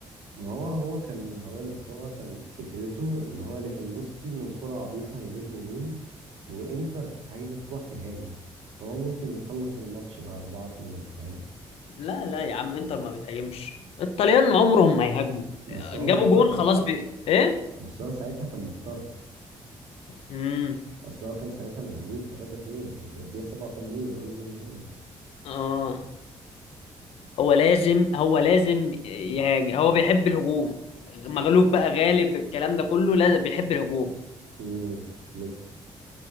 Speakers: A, on the right; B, on the left.
A: ما هو هو كان هقولك هو كان فكرته ان هو ليفاندوسكي من كرة عبيطة هيجيب له جون وانتر عايزة تروح تهاجم فهو ممكن يخلص الماتش بقى 4 2 فاهم
B: لا لا يا عم انتر ما بتهاجمش الطليان عمرهم ما يهاجموا
A: بس هو
B: جابوا
A: مضطر
B: جون خلاص والله بي... ايه
A: بس هو ساعتها كان مضطر
B: امم
A: اصل هو كان ساعتها مغلوب 3 2 والدقيقة 87 هو لازم يهاجم
B: اه هو لازم هو لازم يهاجم هو بيحب الهجوم مغلوب بقى غالب الكلام ده كله لازم بيحب الهجوم
A: مم. فليك